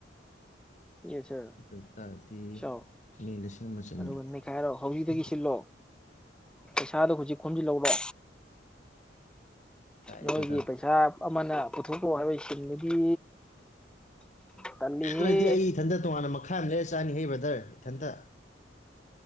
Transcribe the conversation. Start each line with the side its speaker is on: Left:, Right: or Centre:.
Centre: ꯌꯦꯁ ꯁꯔ
Left: ꯑꯗꯣꯏ ꯇꯥꯗꯤ
Centre: ꯁꯥꯎ
Left: ꯏꯪꯉꯦꯟ ꯗꯥ ꯁꯤꯌꯨꯝꯕ ꯆꯪꯕꯔꯣ
Centre: ꯑꯗꯨꯒ ꯅꯩꯈꯥꯏꯔꯣ ꯍꯧꯖꯤꯛꯇꯒꯤ
Left: <unintelligible>
Centre: ꯁꯤꯜꯂꯣ ꯄꯩꯁꯥꯗꯣ ꯍꯧꯖꯤꯛ ꯈꯣꯖꯤꯜꯂꯎꯔꯣ
Left: ꯌꯥꯏꯌꯦ
Centre: ꯅꯣꯏꯒꯤ
Left: ꯕ꯭ꯔꯗꯔ
Centre: ꯄꯩꯁꯥ ꯑꯃꯅ ꯄꯨꯊꯣꯛꯎ ꯍꯥꯏꯕꯩ ꯁꯤꯟꯗꯨꯗꯤ ꯇꯜꯂꯤꯍꯦ
Left: ꯑꯗꯨ ꯑꯣꯏꯔꯗꯤ ꯑꯩ ꯏꯊꯟꯇ ꯇꯣꯉꯥꯟꯅ ꯃꯈꯥꯏ ꯑꯃ ꯂꯩꯔ ꯆꯥꯅꯤꯍꯦ ꯕꯔ꯭ꯗꯔ ꯏꯊꯟꯇ